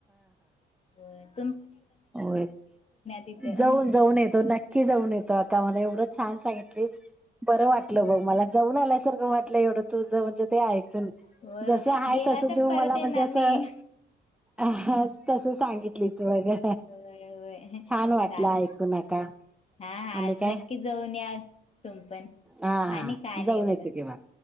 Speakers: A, on the left (about 30°); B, in the centre.
A: बर
B: हो
A: तिथं.
B: जाऊन जाऊन येतो नक्की जाऊन येतोकामाला एवढंच छान सांगितलीस बरं वाटलं बघ मला जाऊन आल्यासारखं वाटलं एवढं तुझ म्हणजे ते ऐकून
A: होय
B: जस
A: होय
B: आहे
A: गेला
B: तसं
A: तर
B: तू
A: परत
B: मला
A: येणार
B: म्हणजे असं
A: नाही.
B: अ तसं सांगितलीच वगैरे
A: होय होय
B: छान वाटलं
A: चाल
B: ऐकू नका
A: हा
B: आणि
A: आज
B: काय
A: नक्की जाऊन या तुम पण
B: हा हा
A: आणि काय नाही
B: जाऊन
A: वगर
B: येतो किंवा